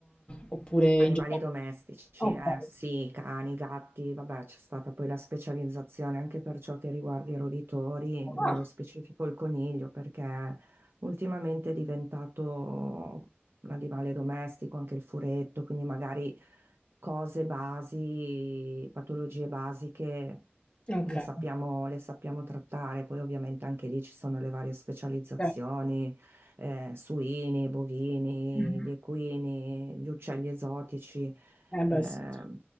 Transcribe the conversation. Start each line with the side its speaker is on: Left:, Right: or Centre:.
Left: oppure in
Right: Animali
Left: generale?
Right: domestici,
Left: Okay.
Right: eh, sì, cani, gatti, vabbè, c'è stata poi la specializzazione anche per ciò che riguarda i roditori, nello
Left: Ah.
Right: specifico il coniglio, perché ultimamente è diventato un animale domestico, anche il furetto, quindi magari cose basi, patologie basiche
Left: Okay,
Right: le sappiamo, le sappiamo trattare, poi ovviamente anche lì ci sono le varie specializzazioni
Left: cer
Right: eh, suini, bovini,
Left: Mh-mh.
Right: gli equini, gli uccelli esotici.
Left: Eh
Right: Eh,
Left: beh sì.